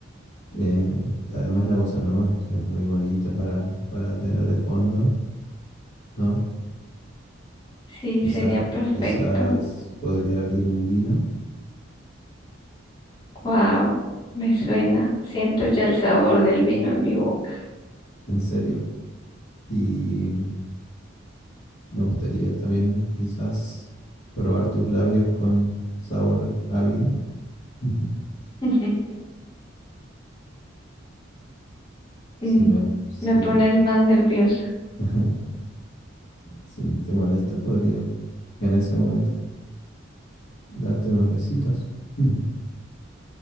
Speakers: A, on the left; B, on the left.
A: Eh, además, la bossa nova es es muy bonita para, para tener de fondo, ¿no?
B: Sí,
A: Quizás,
B: sería perfecto.
A: quizás podría abrir un vino,
B: Wow, me suena. Siento ya el sabor del vino en mi boca.
A: en serio. Y me gustaría también quizás probar tus labios con sabor a vino. <laughs>
B: <laughs> Mm,
A: Si no, si,
B: Me pones más nerviosa.
A: <laughs> si no te molesta, podría en ese momento darte unos besitos. Ujú.